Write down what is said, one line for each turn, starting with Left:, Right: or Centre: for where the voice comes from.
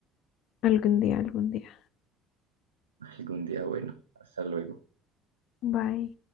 Left: Algún día, algún día.
Right: <laughs> algún día. Bueno, hasta luego.
Left: Bye.